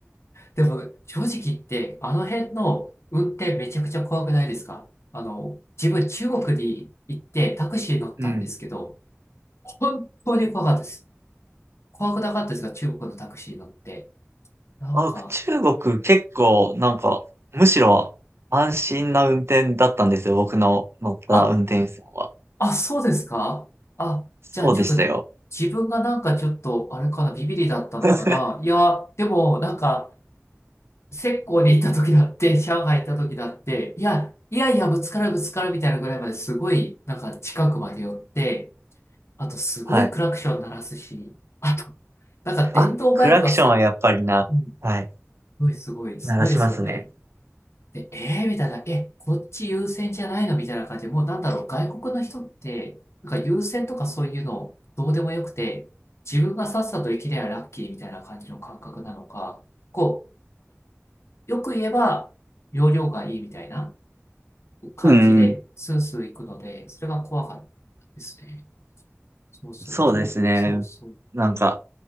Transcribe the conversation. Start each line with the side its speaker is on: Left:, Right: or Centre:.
Left: でも、正直言って、あの辺の運転めちゃくちゃ怖くないですかあの、自分中国に行ってタクシー乗ったんですけど、
Right: うん。
Left: 本当に怖かったです。怖くなかったですが、中国のタクシー乗って。なんか、
Right: あ、中国結構なんか、むしろ安心な運転だったんですよ。僕の乗った運転手さんは。
Left: あ、あ、そうですかあ、
Right: そうでしたよ。
Left: じゃあちょっと、自分がなんかちょっと、あれかな、ビビリだったのかな。
Right: <laughs>
Left: いや、でも、なんか、浙江に行った時だって、<laughs> 上海行った時だって、いや、いやいや、ぶつかるぶつかるみたいなぐらいまですごい、なんか近くまで寄って、あとすごいクラクション鳴らすし、
Right: はい。
Left: あと、なんか電動バイクがす、
Right: あ、クラクションはやっぱりな、
Left: うん、す
Right: はい、
Left: ごいすごい、すごいですよね。
Right: 鳴らしますね。
Left: で、えー、みたいな、え、こっち優先じゃないのみたいな感じで、もうなんだろう、外国の人って、なんか優先とかそういうのどうでもよくて、自分がさっさと生きればラッキーみたいな感じの感覚なのか、こう、よく言えば、容量がいいみたいな。感じで、
Right: うん。
Left: スースー行くので、それが怖かったですね。そうそう。
Right: そうですね。
Left: でも、そうそう。
Right: なんか、